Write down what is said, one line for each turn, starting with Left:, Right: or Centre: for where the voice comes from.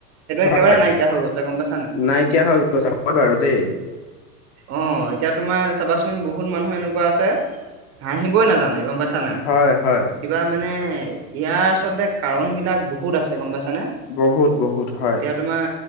Right: সেইটো একেবাৰে
Left: হয়
Right: নাইকিয়া হৈ গৈছে গম পাইছা নাই।
Left: নাইকিয়া হৈ গৈছে হয় বাৰু দেই।
Right: অ', এতিয়া তোমাৰ চাবাচোন বহুত মানুহ এনেকুৱা আছে হাঁহিবই নাজানে গম পাইছা বুইছা নাই
Left: হয় হয়
Right: কিবা মানে ইয়াৰ আচলতে কাৰণবিলাক বহুত আছে গম পাইছানে?
Left: বহুত বহুত হয়
Right: এতিয়া তোমাৰ